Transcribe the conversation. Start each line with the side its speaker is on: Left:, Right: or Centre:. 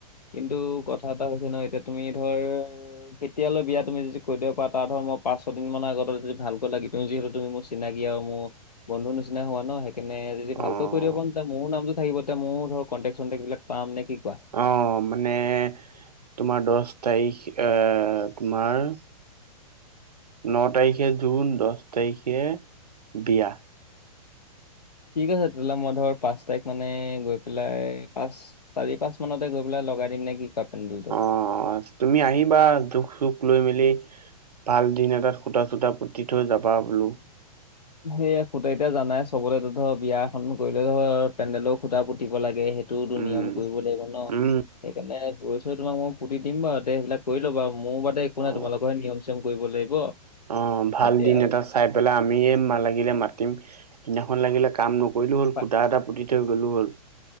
Left: কিন্তু কথা এটা হৈছে নহয় এতিয়া তুমি ধৰ কেতিয়ালৈ বিয়া তুমি যদি কৈ দিব পাৰা তাৰ ধৰা ম পাঁচ ছদিন মান আগত যদি ভালকৈ লাগি দি যিহেতু তুমি মোৰ চিনাকি আৰু মোৰ বন্ধু নিচিনা হোৱা ন' সেইকাৰণে যদি ভালকৈ
Right: অ'।
Left: কৰি দিব পাৰোং তেতিয়া মোৰো নামটো থাকিব। তেতিয়া মোৰ ধৰক কণ্টেক্ট চণ্টেক্টবিলাক পাম নে কি কোৱা?
Right: অ' মানে তোমাৰ দশ তাৰিখ এ তোমাৰ ন তাৰিখে জুন, দশ তাৰিখে বিয়া।
Left: ঠিক আছে তেতিয়াহ'লে মই ধৰ পাঁচ তাৰিখ মানে গৈ পেলাই পাঁচ চাৰি পাঁচ মানতে গৈ পেলাই লগাই দিম নে কি <unintelligible>
Right: অ তুমি আহিবা, দুখ চুখ লৈ মেলি। ভাল দিন এটাত, খুতা চুতা পুতি থৈ যাবা বোলো।
Left: সেইয়া খুতা এতিয়া জানাই, চবতে ধৰ বিয়া এখন কৰিলেও ধৰ, পেণ্ডেলৰ খুতা পুতিব লাগে। সেই এইটোতো
Right: উম
Left: নিয়ম কৰিব লাগিব ন',
Right: উম
Left: সেইকাৰণে গৈ ছৈ তোমাক মই পুতি দিম বাৰু দে। সেইবিলাক কৰি ল' বাৰু, মোৰ বাদে একো নাই।
Right: অ
Left: তোমালোকৰহে নিয়ম চিয়ম কৰিব লাগিব।
Right: অ', ভাল
Left: এতিয়া
Right: দিন এটা চাই পেলাই আমিয়ে লাগিলে মাতিম। সেইদিনাখন লাগিলে কাম ন নকৰিলো হ'ল,
Left: পা-
Right: খুটা এটা পুতি থৈ গ'লেও হ'ল।